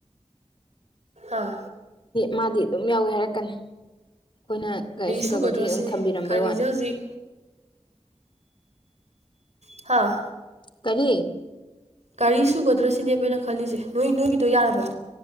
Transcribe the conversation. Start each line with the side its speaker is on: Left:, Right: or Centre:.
Right: ꯑꯥ
Left: ꯃꯥꯗꯤ ꯑꯗꯨꯝ ꯌꯥꯎꯋꯦ ꯍꯥꯏꯔꯛꯀꯅꯤ ꯑꯩꯈꯣꯏꯅ ꯒꯥꯔꯤ ꯁꯨꯗꯕꯒꯤ
Right: ꯁꯨꯒꯗ꯭ꯔꯣ
Left: ꯑꯗꯨꯝ
Right: ꯁꯤꯅꯤ
Left: ꯊꯝꯕꯤꯔꯝꯕꯩ
Right: ꯒꯥꯔꯤꯁꯦ
Left: ꯋꯥꯅꯦ
Right: ꯍꯧꯖꯤꯛ ꯍꯥꯥ
Left: ꯀꯔꯤ
Right: ꯒꯥꯔꯤ ꯁꯨꯒꯗ꯭ꯔ ꯁꯤꯅꯕꯩꯅꯦ ꯈꯜꯂꯤꯁꯦ ꯅꯣꯏ ꯅꯣꯏꯒꯤꯗꯣ ꯌꯥꯔꯕꯣ